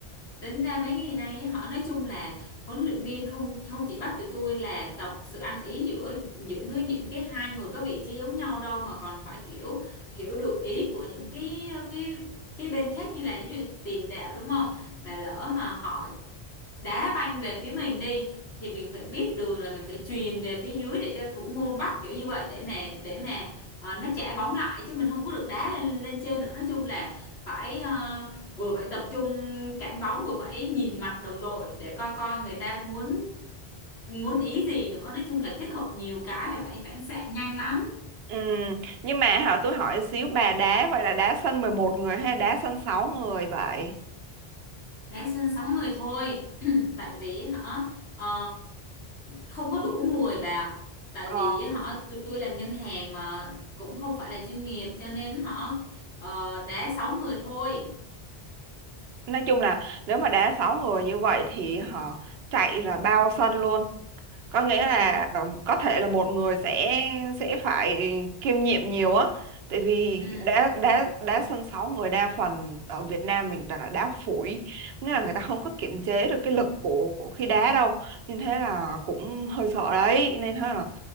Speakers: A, on the left; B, on the right.
A: tính ra mấy ngày nay á, họ nói chung là huấn luyện viên không không chỉ bắt tụi tôi là tập sự ăn ý giữa những cái- những cái hai người có vị trí giống nhau đâu mà còn phải kiểu hiểu được ý của những cái cái cái bên khác như là ví dụ như tiền đạo đúng không mà lỡ mà họ đá banh về phía mình đi thì mình phải biết đường là mình phải chuyền về phía dưới để cho thủ môn bắt kiểu như vậy để mà để mà ờ, nó trả bóng lại chứ mình không có được đá lên lên trên nữa nói chung là phải ờ, vừa phải tập trung cản bóng vừa phải nhìn mặt đồng đội để coi coi người ta muốn muốn ý gì nữa nói chung là kết hợp nhiều cái và phải phản xạ nhanh lắm
B: ừ. nhưng mà hả tôi hỏi xíu bà đá vậy là đá sân 11 người hay đá sân sáu người vậy
A: Đá sân 6 người thôi <clears throat> tại vì hả ờ, không có đủ người bà ạ. tại
B: ờ,
A: vì hả tụi tôi làm ngân hàng mà cũng không phải là chuyên nghiệp cho nên hả ờ, đá 6 người thôi
B: nói chung là nếu mà đá 6 người như vậy thì họ chạy là bao sân luôn có nghĩa là
A: ừ,
B: ừm, có thể là một người sẽ sẽ phải kiêm nhiệm nhiều á tại vì
A: ừ,
B: đá đá đá sân sáu người đa phần ở Việt Nam mình toàn là đá phủi nghĩa là người ta không có kiểm chế được cái lực của, của khi đá đâu nên thế là cũng hơi sợ đấy nên thế là